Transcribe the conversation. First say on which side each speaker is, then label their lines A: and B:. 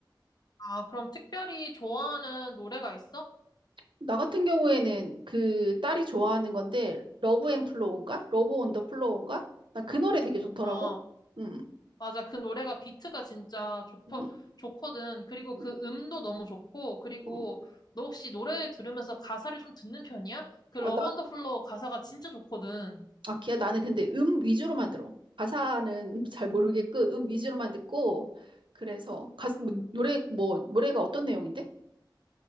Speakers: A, on the left (about 55°); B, on the right (about 75°).
A: 아, 그럼 특별히 좋아하는 노래가 있어?
B: 나 같은 경우에는 그 딸이 좋아하는 건데 러브 앤 플로우인가? 러브 온 더 플로우인가? 나 그 노래 되게 좋더라고.
A: 어.
B: 음,
A: 맞아. 그 노래가 비트가 진짜 좋더,
B: 음,
A: 좋거든. 그리고 그
B: 음.
A: 음도 너무 좋고, 그리고
B: 음. 어.
A: 너 혹시 노래 들으면서 가사를 좀 듣는 편이야? 그 러브
B: 아, 나
A: 언더 플로우 가사가 진짜 좋거든.
B: 아, 기야 나는 근데 음 위주로만 들어. 가사는 <laughs> 잘 모르겠고 음 위주로만 듣고 그래서 가사 뭐, 노래 뭐 노래가 어떤 내용인데?